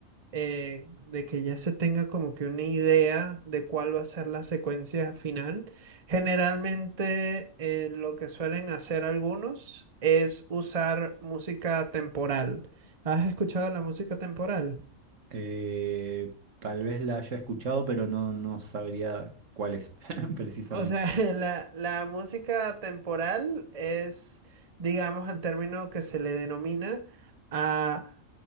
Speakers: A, on the right; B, on the right.
A: eh, de que ya se tenga como que una idea de cuál va a ser la secuencia final. Generalmente, eh, lo que suelen hacer algunos es usar música temporal. ¿Has escuchado la música temporal?
B: Eh, tal vez la haya escuchado, pero no, no sabría cuál es <laughs> precisamente.
A: O sea, <laughs> la, la música temporal es, digamos, el término que se le denomina a,